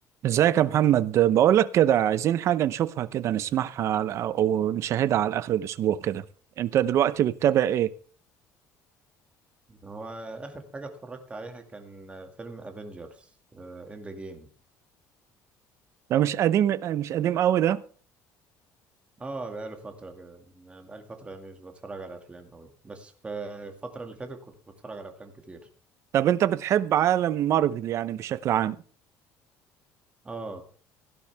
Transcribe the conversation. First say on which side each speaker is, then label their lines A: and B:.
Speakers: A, on the right; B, on the right.
A: ازيك يا محمد بقول لك كده عايزين حاجة نشوفها كده نسمعها على- او نشاهدها على آخر الأسبوع كده انت دلوقتي بتتابع ايه
B: هو آخر حاجة اتفرجت عليها كان فيلم افنجرز اند ذا جيم
A: ده مش قديم مش قديم قوي ده
B: اه بقاله فترة كده يعني بقالي فترة يعني مش بتفرج على أفلام أوي بس في الفترة اللي فاتت كنت بتفرج على أفلام كتير
A: طب انت بتحب عالم مارفل يعني بشكل عام
B: اه